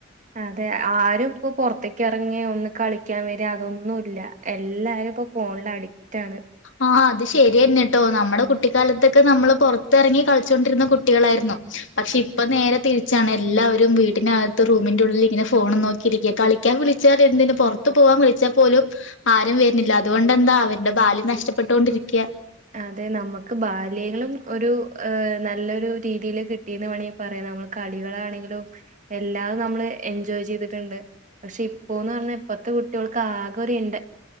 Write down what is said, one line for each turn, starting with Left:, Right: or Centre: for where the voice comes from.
Right: അതെ ആരും ഇപ്പം പെറത്തക്ക് എറണ്ടേ ഒന്ന് കളിയ്ക്കാൻ വരേ അതൊന്നും ഇല്ല എല്ലാരും ഇപ്പം ഫോണില് അഡിക്റ്റ് ആണ്
Left: ആന് അത് ശരിയന്നെട്ടോ നമ്മുടെ കുട്ടിക്കാലത്തൊക്കെ നമ്മള് പൊറത്തെറങ്ങി കളിച്ചൊണ്ടിരുന്ന കുട്ടികളായിരുന്നു പക്ഷെ ഇപ്പം നേരെ തിരിച്ചാണ് എല്ലാവരും വീടിനകത്ത് റൂമിന്റെ ഉള്ളിൽ ഇങ്ങനെ ഫോൺ നോക്കിയിരിക്ക കളി യ്ക്കാൻ വിളിച്ച എന്തിന് പൊറത്ത് പോവാൻ വിളിച്ചാപോലും ആരും വര്ണില്ല അതോണ്ടെന്താ അവരുടെ ബാല്യം നഷ്ടപ്പെട്ടോണ്ടിരിയ്ക്കാ
Right: അതെ നമുക്ക് ബാല്യങ്ങളും ഒരു നല്ലൊരു രീതിയില് കിട്ടീന്ന് മാണെങ്കി പറയാം നമ്മള് കളികളാണെങ്കിലും എല്ലാം നമ്മള് എൻജോയ് ചെയ്തിട്ടുണ്ട് പക്ഷെ ഇപ്പോന്ന് പറഞ്ഞാ ഇപ്പത്തെ കുട്ട്യോൾക്ക് ആകെ ഒരു ഇന്റ